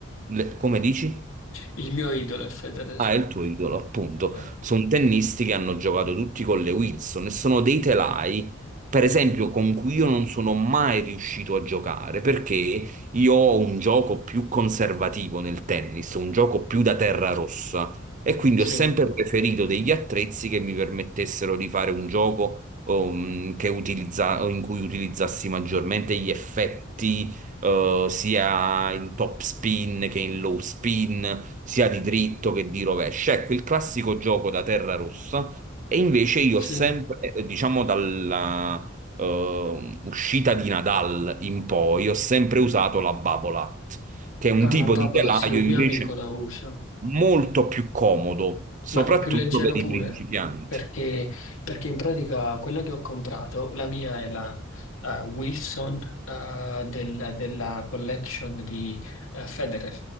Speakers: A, on the right; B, on the left.
A: le- come dici?
B: Il mio idolo è Federer.
A: Ah, è il tuo idolo, appunto.
B: Eh,
A: Sono tennisti che hanno giocato tutti con le Wilson e sono dei telai, per esempio, con cui io non sono mai riuscito a giocare perché io ho un gioco più conservativo nel tennis, un gioco più da terra rossa e quindi
B: sì,
A: ho sempre preferito degli attrezzi che mi permettessero di fare un gioco um, che utilizza- in cui utilizzassi maggiormente gli effetti, eh, sia in top spin che in low spin sia di dritto che di rovescio. Ecco, il classico gioco da terra rossa. E invece io
B: sì.
A: ho sempre, eh, diciamo, dalla eh, uscita di Nadal in poi, ho sempre usato la Babolat, che è un
B: Ah,
A: tipo
B: la Papola,
A: di telaio
B: sì, un
A: invece
B: mio amico la usa.
A: molto più comodo, soprattutto
B: Ma è più leggero
A: per
B: pure,
A: i principianti.
B: perché, perché in pratica quella che ho comprato, la mia è la eh, Wilson eh, del- della collection di eh, Federer,